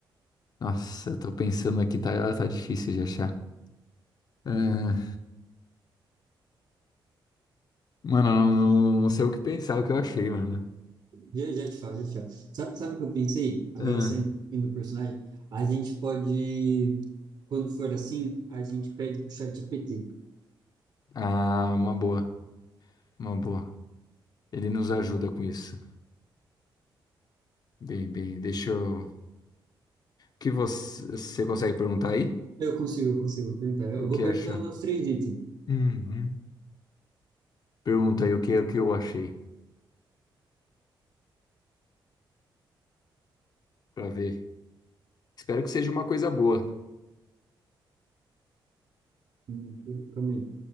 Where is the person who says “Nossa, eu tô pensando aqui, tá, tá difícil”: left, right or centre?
Left